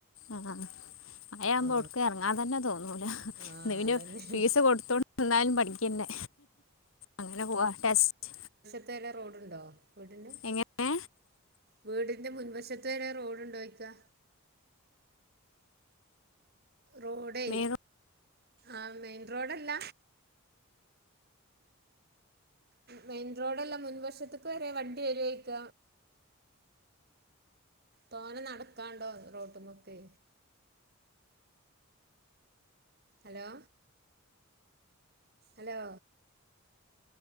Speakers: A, on the left (about 70°); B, on the right (about 45°).
A: ആഹ് മയാമ്പോ
B: ആ
A: ഒടുക്ക് എറങ്ങാ തന്നെ തോന്നൂല ഇത്
B: ആ
A: പിന്നേം
B: അതന്നെ
A: ഫീസ് കൊടുത്തോണ്ട് ന്നാലും പഠിക്കണ്ടേ അങ്ങനെ പോവാ ടെസ്റ്റ്
B: ടുത്തരെ റോഡുണ്ടോ വീടിന്
A: എങ്ങനെ
B: വീട്ന്റെ മുൻവശത്ത്വരെ റോഡ്ണ്ടോയ്ക്കാ റോഡേ
A: മേറു
B: ആ മെയിൻ റോഡല്ല മെയിൻ റോഡെല്ല മുൻ വശത്ത്ക്ക് വരെ വണ്ടി വരുവോയ്ക്ക തോനെ നടക്കാണ്ടോ റോട്ട്മ്മക്കെ ഹലോ ഹലോ